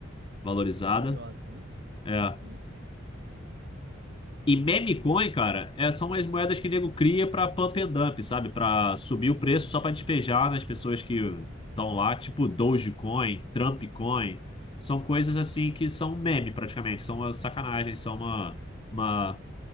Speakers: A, on the left (about 25°); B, on the right (about 60°).
A: valorizada.
B: Valiosa, né?
A: É.
B: uhum.
A: E meme coin, cara, é, são as moedas que o nego cria pra pump and dump, sabe? Pra subir o preço só pra despejar nas pessoas que estão lá, tipo Dogecoin, Trump Coin, São coisas assim que são meme praticamente, são uma sacanagem, são uma, uma...